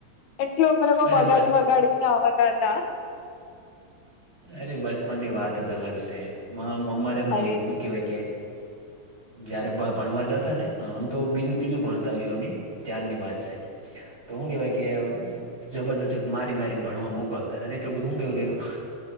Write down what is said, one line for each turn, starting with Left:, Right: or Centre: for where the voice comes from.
Left: એટલી ઉમરેમાં
Right: અરે
Left: બગાડી
Right: બસ
Left: વગાડીને આવતા હતા.
Right: અરે બચપન ની વાત તો અલગ છે અમારે પણ
Left: અરે
Right: એવું શું કેવાય કે જયારે ભણવા જતા ને આમ તો બીજું ત્રીજું ભણતાશું અમ ત્યાારની વાત છે. તો હું કેવાય કે જબરજસ્ત મારી મારીને ભણવા મોકલતા ત એટલું બધું પણ